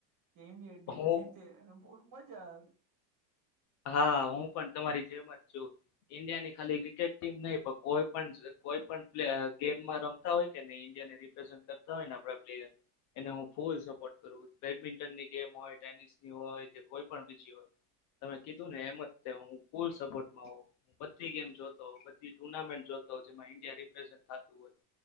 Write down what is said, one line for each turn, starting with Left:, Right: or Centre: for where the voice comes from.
Right: કે ઇન્ડિયા ટીમ
Left: હું
Right: જીતે અને બહુ મજા આવે.
Left: હા, હું પણ તમારી જેમ જ છું ઈન્ડિયાની ખાલી ક્રિકેટ ટીમ નહી પણ કોઈ પણ કોઈ પણ પ્લે અહ ગેમમાં રમતા હોય કેને ઈન્ડિયાને રિપ્રેઝન્ટ કરતા હોય ને આપણા પ્લેયર એને હું ફૂલ સપોર્ટ કરું. બેડમિન્ટનની ગેમ હોય ટેનિસની હોય કે કોઈ પણ બીજી હોય. તમે કીધું ને એમ જ હું ફૂલ સપોર્ટમાં હું બધી ગેમ જોતો બધી ટુર્નામેન્ટ જોતો જેમાં ઈન્ડિયા રિપ્રેઝન્ટ થતું હોય